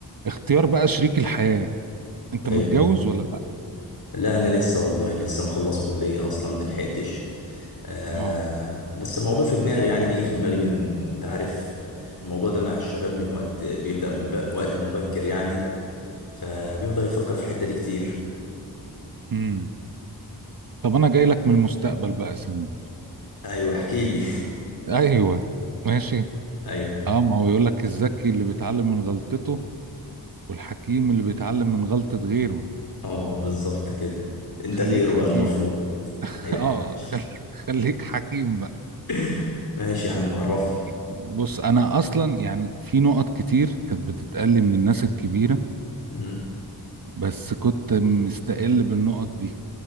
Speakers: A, on the right; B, on the left.
A: اختيار بقى شريك الحياة انت متجوز
B: ايوه
A: ولا لا
B: لا انا لسه والله لسه مخلص كليه اصلا ما لحقتش آه
A: اه
B: بس الموضوع في دماغي يعني بيجي في دماغي من انت عارف الموضوع ده مع الشباب من وقت بيبدا من بق- وقت مبكر يعني فبيفضل يفكر في الحته دي كتير
A: امم طب انا جاي لك من المستقبل بقى سن
B: ايوه احكي لي
A: ايوه ماشي
B: <laughs> ايوه
A: اه ما هو يقول لك الذكي اللي بيتعلم من غلطته والحكيم اللي بيتعلم من غلطة غيره
B: اه بالظبط كده انت
A: خليك
B: غيره
A: حكيم
B: بقى المفروض
A: بقى <laughs>
B: ايوه
A: اه خل- خليك حكيم بقى
B: <laughs> ماشي يا عم عرفني
A: بص انا اصلا يعني في نقط كتير كانت بتتقال لي من الناس الكبيرة
B: مم.
A: بس كنت مستقل بالنقط دي